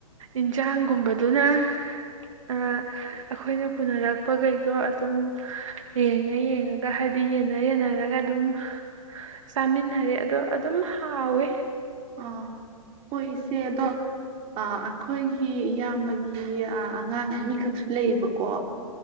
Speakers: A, on the right; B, on the right.
A: ꯏꯟꯖꯥꯡꯒꯨꯝꯕꯗꯨꯅ ꯑꯩꯈꯣꯏꯅ ꯄꯨꯅꯔꯛꯄꯈꯩꯗꯣ ꯑꯗꯨꯝ ꯌꯦꯡꯉ ꯌꯦꯡꯉꯒ ꯍꯥꯏꯗꯤ ꯌꯦꯟꯅ ꯌꯦꯟꯅꯔꯒ ꯑꯗꯨꯝ ꯆꯥꯃꯤꯟꯅꯔꯦ ꯑꯗꯣ ꯑꯗꯨꯝ ꯍꯥꯥꯎꯋꯦ
B: ꯑꯥ ꯍꯣꯏ ꯏꯆꯦ ꯑꯗꯣ ꯑꯩꯈꯣꯏꯒꯤ ꯏꯌꯥꯝꯕꯒꯤ ꯑꯉꯥꯡ ꯑꯅꯤꯈꯛꯁꯨ ꯂꯩꯌꯦꯕꯀꯣ